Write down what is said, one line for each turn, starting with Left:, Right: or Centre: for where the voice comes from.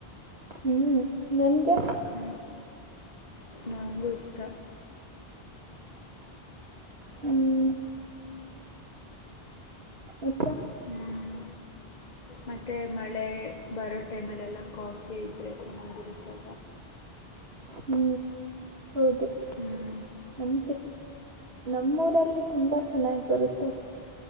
Right: ಹ್ಮ್ ನಿಮ್ಗೆ
Left: ಹ್ಞ ನಂಗೂ ಇಷ್ಟ
Right: ಹ್ಮ್ ಅತ್ತೆ
Left: ಹ್ಮ್ ಮತ್ತು ಮಳೆ ಬರೋ ಟೈಮಲ್ಲೆಲ್ಲ ಕಾಫಿ ಇದ್ದರೆ ಚೆನ್ನಾಗಿರುತ್ತದೆ
Right: ಹ್ಮ್ ಹೌದು
Left: ಹ್ಮ್
Right: ನಮ್ ನಮ್ಮೂರಲ್ಲಿ ತುಂಬಾ ಚೆನ್ನಾಗಿ ಬರುತ್ತೆ